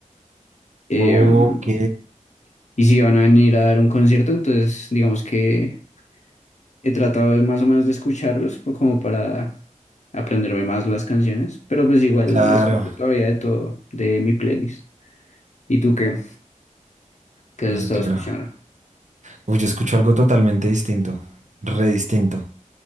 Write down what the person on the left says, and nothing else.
Em,
y si van a venir a dar un concierto, entonces digamos que he tratado de más o menos de escucharlos po- como para aprenderme más las canciones, pero pues igual
escucho todavía de todo de mi playlist. ¿Y tú qué? ¿Qué has
estado
escuchando?